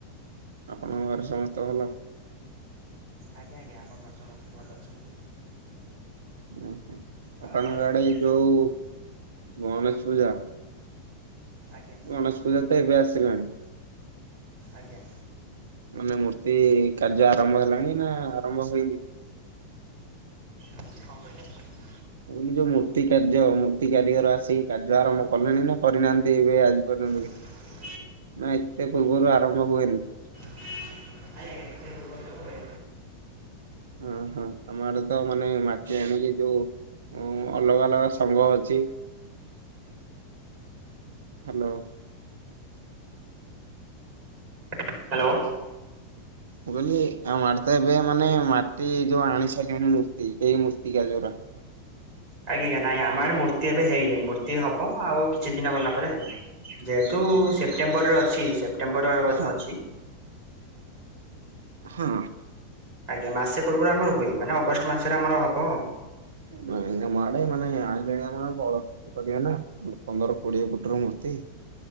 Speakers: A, on the right; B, on the right.
A: ଆପଣଙ୍କ ଘରେ ସମସ୍ତେ ଭଲ।
B: ଆଜ୍ଞା ଆଜ୍ଞା ଆମ ଘର ସମସ୍ତେ ଭଲ ଅଛନ୍ତି।
A: ଓହୋ
B: ଆଉ
A: ଆପଣଙ୍କ ଆଡେ
B: ଘରେ?
A: ଯୋଉ ଗଣେଶ ପୂଜା।
B: ଆଜ୍ଞା।
A: ଗଣେଶ ପୂଜା ତ ଏବେ ଆସିଲାଣି।
B: ଆଜ୍ଞା।
A: ମାନେ ମୂର୍ତ୍ତି କାର୍ଯ୍ୟ ଆରମ୍ଭ ହେଲାଣି ନା ଆରମ୍ଭ ହେଇନି?
B: କଣ କହିଲେ?
A: ମୁଁ କହିଲି ଯୋଉ ମୂର୍ତ୍ତି କାର୍ଯ୍ୟ ମୂର୍ତ୍ତି କାରିଗର ଆସିକି କାର୍ଯ୍ୟ ଆରମ୍ଭ କଲେଣି ନା କରିନାହାନ୍ତି ଏବେ ଆଜି ପର୍ଯ୍ୟନ୍ତ
B: ହ
A: ବି।
B: <inaudible>
A: ନା ଏତେ ପୂର୍ବରୁ ଆରମ୍ଭ ହୁଏନି।
B: ନାଇଁ ଆଜ୍ଞା ଏତେ ପୂର୍ବରୁ ତ ହୁଏ।
A: ଓ ହଁ ଆମ ଆଡେ ତ ମାନେ ମାଟି ଆଣିକି ଯୋଉ ଉ ଅଲଗା ଅଲଗା ସଂଘ ଅଛି। ହ୍ୟାଲୋ।
B: ହ୍ୟାଲୋ।
A: ମୁଁ କହିଲି ଆମ ଆଡେ ତ ଏବେ ମାନେ ମାଟି ଯୋଉ ଆଣି ସାରିଲେଣି ମୂର୍ତ୍ତି ଏଇ ମୂର୍ତିକା ଯୋଉରା।
B: ଆଜ୍ଞା ଆଜ୍ଞା ନାଇଁ ଆମ ଆଡେ ମୂର୍ତ୍ତି ଏବେ ହେଇନି ମୂର୍ତ୍ତି ହବ ଆଉ କିଛି ଦିନ ଗଲା ପରେ ଯେହେତୁ
A: ଆମ ଆଡେ
B: ସେପ୍ଟେମ୍ବରରେ ଅଛି ସେପ୍ଟେମ୍ବର ବୋଧେ
A: ହଁ
B: ଅଛି।
A: ହଁ।
B: ଆଜ୍ଞା ମାସେ ପୂର୍ବରୁ ଆମର ହୁଏ ମାନେ ଅଗଷ୍ଟ ମାସରେ ଆମର ହବ।
A: ନାଇଁ ଆମ ଆଡ଼େ ମାନେ ଆଇଲେଣି ଆମ ଗାଁ ରେ ବଳଦ କରିବା ନା ପନ୍ଦର କୋଡିଏ ଫୁଟୁ ର ମୂର୍ତ୍ତି।